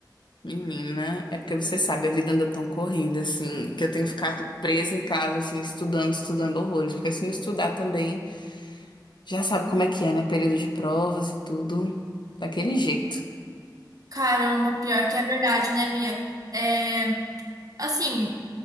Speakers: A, on the left; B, on the right.
A: Menina, é porque você sabe, a vida anda tão corrida, assim, que eu tenho ficado presa em casa, assim, estudando, estudando horrores. Porque se não estudar também, já sabe como é que é, né? Período de provas e tudo, daquele jeito.
B: Caramba, pior que é verdade, né, Bia? É, Assim,